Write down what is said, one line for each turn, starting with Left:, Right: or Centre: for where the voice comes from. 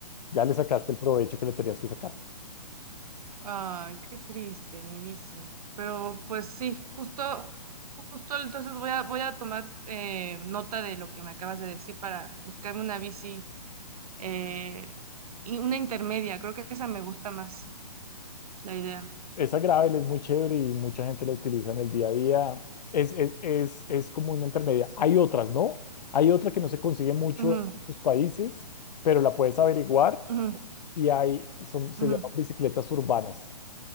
Left: Ya le sacaste el provecho que le tenías que sacar.
Right: Ay, qué triste, mi bici. Pero pues sí, justo, justo entonces voy a, voy a tomar eh, nota de lo que me acabas de decir para buscarme una bici eh, y una intermedia. Creo que esa me gusta más, la idea.
Left: Esa gravel es muy chévere y mucha gente la utiliza en el día a día. Es, es, es, es como una intermedia. Hay otras, ¿no? Hay otra que no se consigue mucho
Right: Ujú,
Left: en los países, pero la puedes averiguar
Right: ujú,
Left: y hay, son, se
Right: ujú.
Left: llaman bicicletas urbanas,